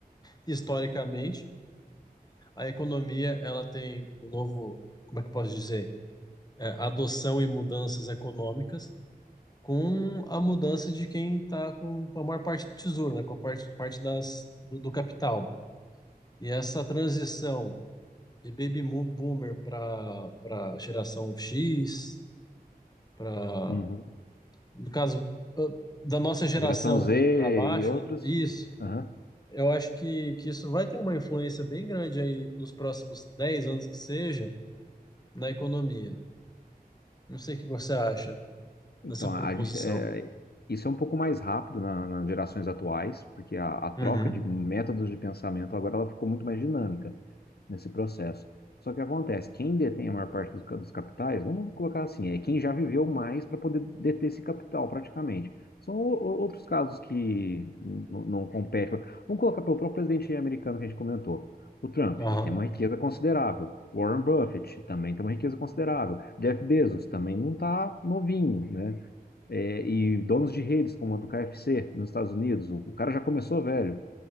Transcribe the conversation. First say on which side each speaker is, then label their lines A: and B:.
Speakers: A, on the left; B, on the left.
A: historicamente, a economia ela tem um novo, como é que eu posso dizer? É, adoção e mudanças econômicas com a mudança de quem está com, com a maior parte do tesouro, né? Com a parte, parte das, do, do capital. E essa transição de baby mo- boomer para para geração X para,
B: Uhum.
A: no caso, ah, da nossa geração
B: Geração Z
A: para baixo,
B: e outros.
A: isso,
B: Aham.
A: eu acho que, que isso vai ter uma influência bem grande aí nos próximos 10 anos que seja na economia. Não sei o que você acha
B: Então,
A: dessa proposição.
B: a a gente, é, isso é um pouco mais rápido na- nas gerações atuais, porque a, a troca
A: Uhum.
B: de métodos de pensamento agora ela ficou muito mais dinâmica nesse processo. Só que acontece, quem detém a maior parte dos, ca- dos capitais, vamos colocar assim, é quem já viveu mais para poder deter esse capital praticamente. São o- o- outros casos que n- n- não competem. Vamos colocar pelo próprio presidente americano que a gente comentou. O Trump,
A: Aham.
B: ele tem uma riqueza considerável. Warren Buffett também tem uma riqueza considerável. Jeff Bezos também não está novinho, né? é, e donos de redes, como a do KFC nos Estados Unidos, o, o cara já começou velho.